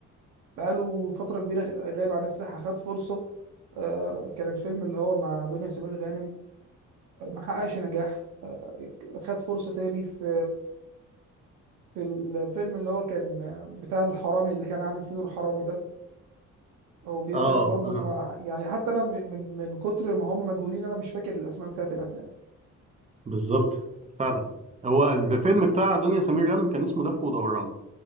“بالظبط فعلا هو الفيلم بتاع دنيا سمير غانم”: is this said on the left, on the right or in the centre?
Right